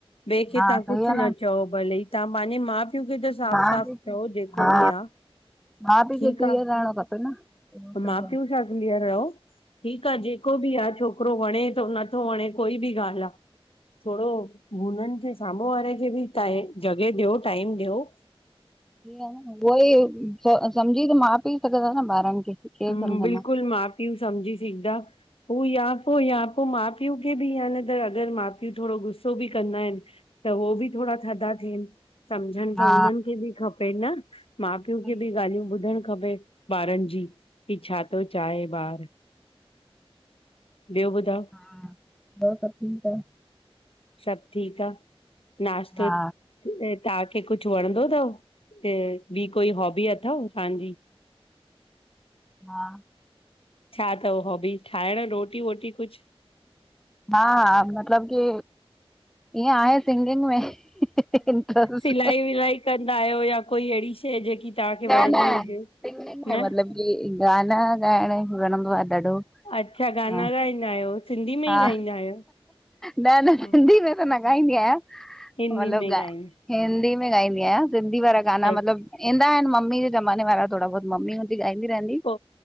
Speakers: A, on the left; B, in the centre.
A: ॿे खे
B: हा
A: तव्हां कुझु
B: सही आ
A: न चओ भले तव्हां पंहिंजे माउ पिउ खे त साफ़
B: हा
A: साफ़ चओ जेको
B: हा
A: बि आ
B: माउ पीउ
A: ठीक
B: खे क्लीअर
A: आ,
B: रहणो खपे न उहो सही
A: माउ पीउ सां क्लीअर रहो। ठीकु आ जेको बि आ छोकिरो वणे थो नथो वणे कोई बि ॻाल्हि आ थोडो हुननि खे साम्हूं वारे खे बि त जॻहि ॾियो टाइम ॾियो।
B: उहो ई समझी त, मां पीउ सघंदा न ॿारनि खे। केरु
A: हम्म
B: सम्झंदा।
A: बिल्कुल माउ पीउ समझी सिघदा। हू या पोइ या पोइ माउ पीउ खे बि या न त अगरि माउ पीउ थोरो गुस्सो बि कंदा आहिनि त हो बि थोड़ा थधा थियनि। सम्झनि त
B: हा
A: उन्हनि खे बि खपे न? माउ पीउ
B: हा
A: खे बि ॻाल्हियूं ॿुधण खपे ॿारनि जी की छा थो चाहे ॿारु। ॿियो ॿुधायो?
B: हा ॿियो सब ठीक आहे।
A: सभु ठीकु आ, नाश्तो
B: हा
A: तव्हांखे कुछ वणंदो अथव? अ ॿी कोई हॉबी अथव तव्हांजी?
B: हा
A: छा तव हॉबी ठाहिण रोटी वोटी कुछ?
B: हा हा मतलब की ईअं आहे सिंगिंग में। इंट्रस्ट।
A: सिलाई विलाई कंदा आहियो या कोई अहिड़ी शइ जेकी तव्हांखे
B: न
A: वणंदी
B: न
A: हुजे
B: सिंगिंग में,
A: न
B: मतलब कि गाना गाइण वणंदो आ ॾाढो।
A: अच्छा गाना
B: हा
A: ॻाईंदा आहियो, सिंधी में
B: हा
A: ई ॻाईंदा आहियो?
B: न न
A: हा,
B: सिंधी में त न गाईंदी आहियां
A: हिंदी
B: मतलब
A: में ॻाईंदा
B: ॻा हिंदी में गाईंदी आहियां। सिंधी वारा गाना
A: अच्छा,
B: मतिलबु ईंदा आहिनि मम्मी जे ज़माने वारा थोड़ा बहुत मम्मी ॻाईंदी रहंदी।
A: पो